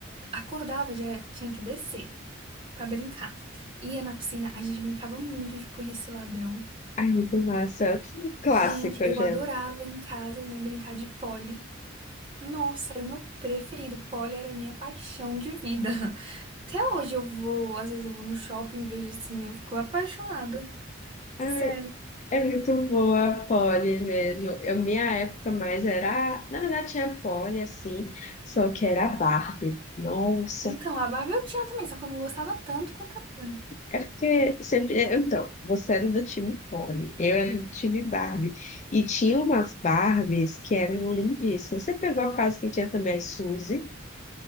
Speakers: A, on the right (about 25°); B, on the left (about 35°).
A: Acordava, já tinha que descer pra brincar. Ia na piscina, a gente brincava muito de polícia e ladrão.
B: Ai, muito massa. Clássico,
A: Gente, eu
B: já.
A: adorava em casa, né, brincar de pole. Nossa, era o meu preferido. Pole era a minha paixão de vida. <laughs> Até hoje eu vou, às vezes eu vou no shopping e vejo assim, eu fico apaixonada. Sério.
B: Ai, é muito boa a Polly mesmo. Eu, minha época mais era. Na verdade, tinha Polly, assim, só que era a Barbie. Nossa,
A: Então, a Barbie eu tinha também, só que eu não gostava tanto quanto a pole.
B: É porque sempre. é, Então, você era do time Pony, eu era do time Barbie. E tinha umas Barbies que eram lindíssimas. Você pegou a fase que tinha também as Suzy,